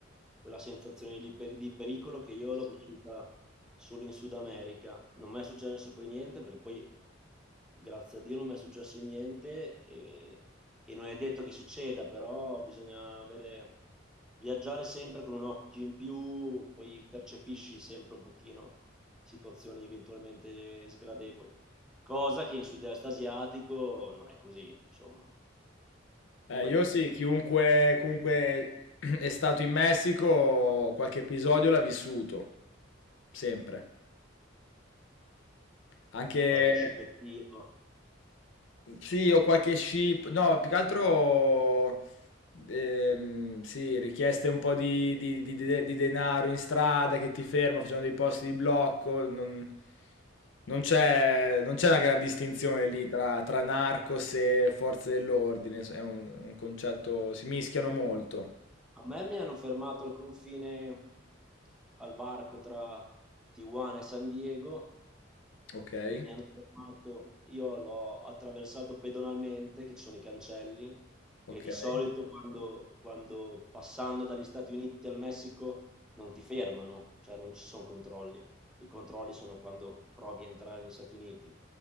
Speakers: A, in the centre; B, on the left.
A: quella sensazione di, peri- di pericolo che io l'ho vissuta solo in Sud America. Non mi è successo poi niente, perché poi, grazie a Dio, non mi è successo niente e, e non è detto che succeda, però bisogna avere, viaggiare sempre con un occhio in più, poi percepisci sempre un pochino situazioni eventualmente sgradevoli. Cosa che in sud-est asiatico non è così, insomma, è
B: Eh,
A: palese.
B: io sì, chiunque comunque <clears throat> è stato in Messico, qualche episodio l'ha vissuto, sempre. Anche
A: qualche scippettino.
B: Sì, ho qualche ship no, più che altro, ehm, sì, richieste un po' di di di de di denaro in strada che ti ferma, facciamo dei posti di blocco, non non c'è non c'è una gran distinzione lì tra tra narcos e forze dell'ordine, s è un un concetto si mischiano molto.
A: A me mi hanno fermato al confine, al varco tra Tijuana e San Diego
B: Okay,
A: e mi hanno fermato. Io l'ho attraversato pedonalmente, che ci sono i cancelli,
B: okay.
A: e di solito quando, quando passando dagli Stati Uniti al Messico non ti fermano, cioè non ci sono controlli. I controlli sono quando provi a entrare negli Stati Uniti,